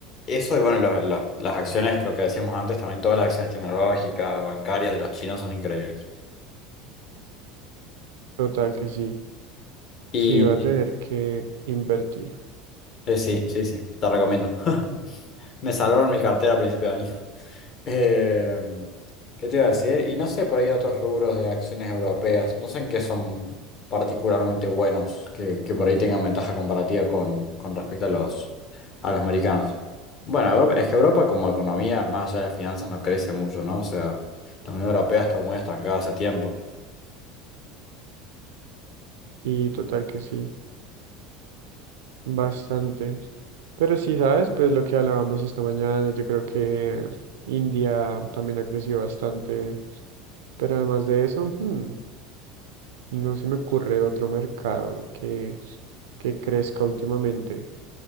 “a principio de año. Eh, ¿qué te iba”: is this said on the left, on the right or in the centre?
Left